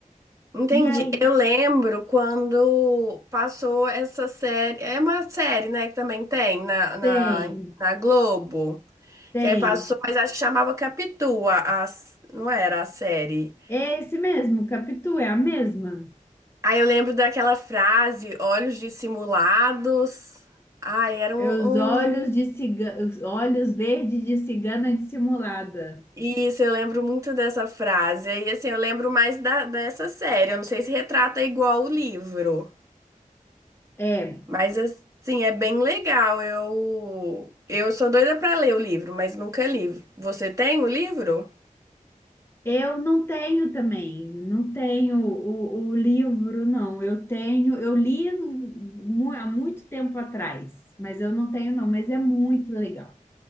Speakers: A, on the right; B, on the left.
A: Entendi.
B: E aí
A: Eu lembro quando passou essa série. É uma série, né? Que também tem na, na,
B: tem.
A: na Globo.
B: Tem.
A: Que aí passou, mas acho que chamava Capitu, a, a- não era a série.
B: É esse mesmo, Capitu, é a mesma.
A: Aí eu lembro daquela frase, olhos dissimulados. Ai, era
B: É
A: um,
B: os olhos
A: um... negócio-
B: de cigana, os olhos verdes de cigana dissimulada.
A: Isso, eu lembro muito dessa frase. E assim, eu lembro mais da, dessa série. Eu não sei se retrata igual o livro.
B: É,
A: Mas assim, é bem legal. Eu eu sou doida pra ler o livro, mas nunca li. Você tem o livro?
B: eu não tenho também, não tenho o, o livro, não. Eu tenho, eu li mu- há muito tempo atrás, mas eu não tenho, não, mas é muito legal.